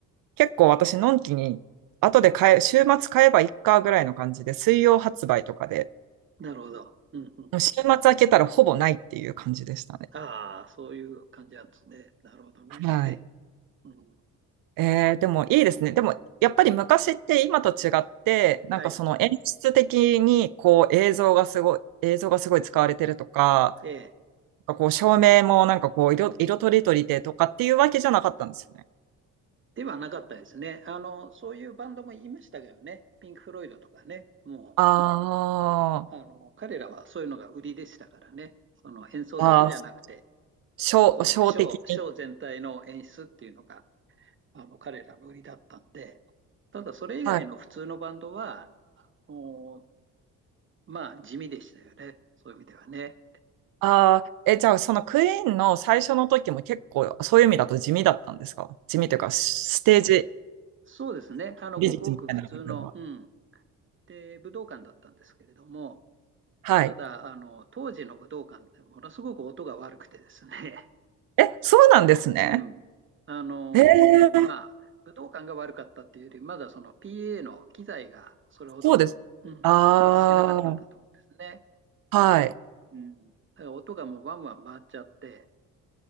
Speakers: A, on the right; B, on the right.
A: 結構私、のんきに、後で買え、週末買えばいっかぐらいの感じで、水曜発売とかで、
B: なるほど。うんうん。
A: もう週末開けたらほぼないっていう感じでしたね。
B: ああ、そういう感じなんですね。なるほどね。
A: はい。
B: <laughs> うん、
A: えー、でもいいですね。でもやっぱり昔って今と違って、なんかその演出的にこう映像がすごい、
B: はい。
A: 映像がすごい使われてるとか、
B: ええ。
A: なんかこう照明もなんかこう色、色とりとりでとかっていうわけじゃなかったんですよね。
B: ではなかったですね。あの、そういうバンドも言いましたけどね。ピンク・フロイドとかね。も
A: あ
B: う、あの、彼らはそういうのが売りでしたからね。その演奏だけじゃなくて、
A: あ、ああ、小、
B: こう、
A: 小的に。
B: ショー、ショー全体の演出っていうのが、あの、彼らの売りだったんで、ただそれ以外の普通のバンドは、
A: はい。
B: おまあ、地味でしたよね。そういう意味ではね。
A: ああ、え、じゃあそのクイーンの最初の時も結構そういう意味だと地味だったんですか地味というかスステージ
B: そうですね。あの、
A: 美術みたいな部分は。
B: ごくごく普通の、うん、で、武道館だったんですけれども、
A: はい。
B: ただ、あの、当時の武道館ってものすごく音が悪くてですね、
A: え、そうなんですね。
B: <laughs> うん。あの、
A: ええ
B: まあ、武道館が悪かったっていうより、まだその PA の機材がそれほど、
A: そうです。
B: うん、
A: あ
B: 発達してなかったんだと思うんですね。
A: あ、はい。
B: うん。だから音がもうワンワン回っちゃって、